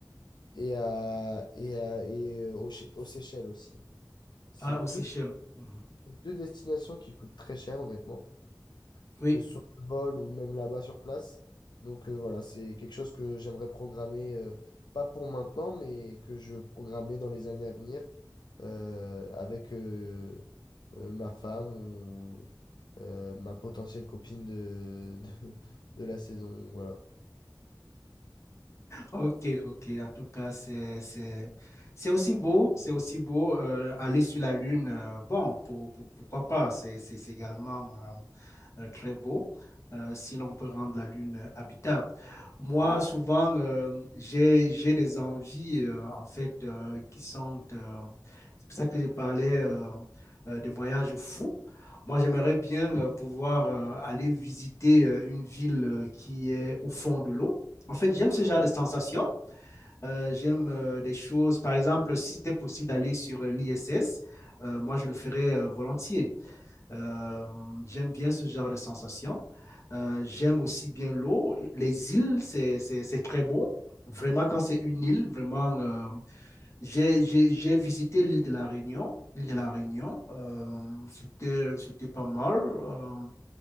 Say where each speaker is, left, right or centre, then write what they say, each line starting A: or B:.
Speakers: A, on the left (about 75°); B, on the left (about 40°).
A: et, à, et, à, et euh, aux, Sé- aux Seychelles aussi. C'est
B: Ah,
A: deux
B: aux Seychelles. Mhm.
A: C'est deux destinations qui coûtent très cher, honnêtement,
B: Oui.
A: que ce soit le vol ou même là-bas sur place. Donc euh, voilà, c'est quelque chose que j'aimerais programmer, euh, pas pour maintenant, mais que je programmerai dans les années à venir euh, avec euh, euh, ma femme ou euh, ma potentielle copine de, <laughs> de, de la saison. Voilà.
B: Ok, ok. En tout cas, c'est, c'est, c'est aussi beau, c'est aussi beau euh, aller sur la Lune. euh, bon, pour- pour- pourquoi pas? C'est, c'est- c'est également euh, euh, très beau euh, si l'on peut rendre la Lune euh, habitable. Moi, souvent, euh, j'ai, j'ai des envies, euh, en fait, euh, qui sont... euh, c'est pour ça que je parlais euh, euh, de voyages fous. Moi, j'aimerais bien euh, pouvoir euh, aller visiter euh, une ville euh, qui est au fond de l'eau en fait, j'aime ce genre de sensation. Euh, j'aime euh, des choses, par exemple, si c'était possible d'aller sur euh, l'ISS, euh, moi je le ferais euh, volontiers. Euh, j'aime bien ce genre de sensation. Euh, j'aime aussi bien l'eau. Les îles, c'est, c'est, c'est très beau. Vraiment, quand c'est une île, vraiment, euh, j'ai, j'ai, j'ai visité l'île de la Réunion. L'île de la Réunion, euh, c'était, c'était pas mal euh,